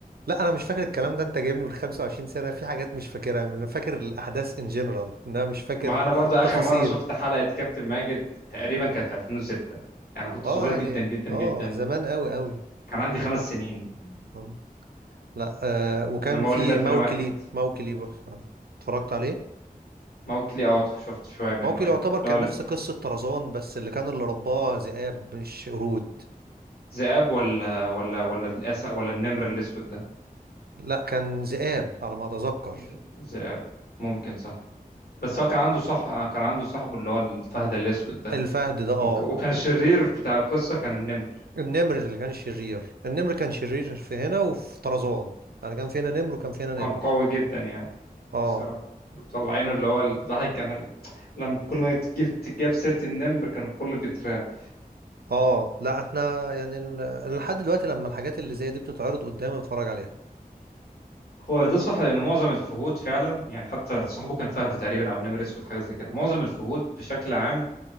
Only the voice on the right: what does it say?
لا انا مش فاكر الكلام ده انت جايبني من 25 سنه في حاجات مش فاكرها انا فاكر الاحداث ان جنرال انا مش فاكر
تفاصيل
اه
يعني
اه
زمان قوي قوي
آه. لا آه وكان
في
موكلي موكلي بس اتفرجت عليه
موكلي
يعتبر كان
نفس
قصه طرزان بس اللي كان اللي رباه ذئاب مش قرود
لا كان ذئاب على ما اتذكر
الفهد ده اه
النمر اللي كان شرير النمر كان شرير في هنا وفي طرزان يعني كان في هنا نمر وكان في هنا نمر
اه
اه لا احنا يعني ال- لحد دلوقتي لما الحاجات اللي زي دي بتتعرض قدامي بتفرج عليها